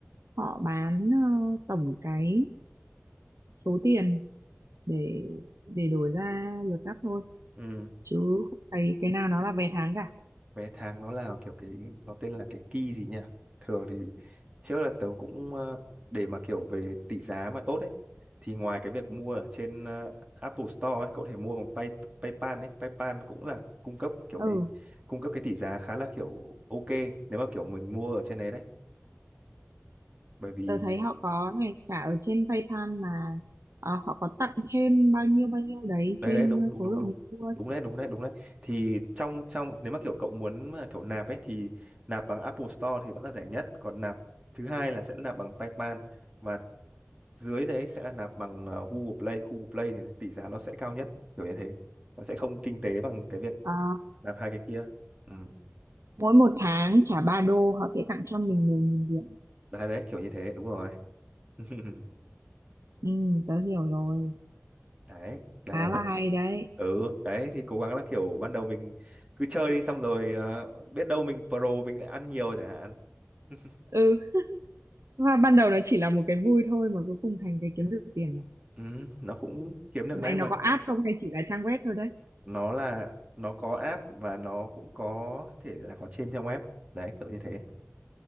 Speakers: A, on the right (about 80°); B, on the right (about 25°).
A: họ bán ờ, tổng cái số tiền để để đổi ra lượt cắt thôi
B: ừ.
A: chứ không thấy cái nào nó là vé tháng cả.
B: vé tháng nó là kiểu cái nó tên là cái key gì nhỉ thường thì trước là tớ cũng ờ, để mà kiểu về tỷ giá mà tốt ấy thì ngoài cái việc mua ở trên ờ, Apple Store ấy cậu có thể mua bằng Pay, PayPal ấy PayPal cũng là cung cấp kiểu
A: Ừ,
B: cái cung cấp cái tỷ giá khá là kiểu ok nếu mà kiểu mình mua ở trên đấy đấy bởi vì
A: tớ thấy họ có này trả ở trên PayPal mà ờ, họ có tặng thêm bao nhiêu bao nhiêu đấy
B: đấy
A: trên
B: đấy đúng đúng
A: số
B: đúng
A: lượng
B: đúng
A: mình mua.
B: đúng đấy đúng đấy đúng đấy thì trong trong nếu mà kiểu cậu muốn mà kiểu nạp ấy thì nạp bằng Apple Store thì vẫn là rẻ nhất còn nạp thứ hai là sẽ nạp bằng PayPal và dưới đấy sẽ là nạp bằng ờ, Google Play Google Play thì tỷ giá nó sẽ cao nhất kiểu như thế nó sẽ không kinh tế bằng cái việc
A: À
B: nạp hai cái kia ừ.
A: mỗi một tháng trả 3 đô họ sẽ tặng cho mình 10 nghìn điểm
B: đấy đấy kiểu như thế đúng rồi <laughs>
A: ừ tớ hiểu rồi
B: đấy đây
A: khá
B: là bộ
A: là hay đấy
B: ừ đấy thì cố gắng là kiểu ban đầu mình cứ chơi đi xong rồi ờ, biết đâu mình pro mình lại ăn nhiều chẳng hạn <laughs>
A: ừ và ban đầu nó chỉ là một cái vui thôi mà cuối cùng thành cái kiếm được tiền rồi.
B: ừ, nó cũng kiếm được
A: này
B: đấy mà
A: nó có app không hay chỉ là trang web thôi đấy
B: nó là nó có app và nó cũng có thể là có trên trang web đấy kiểu như thế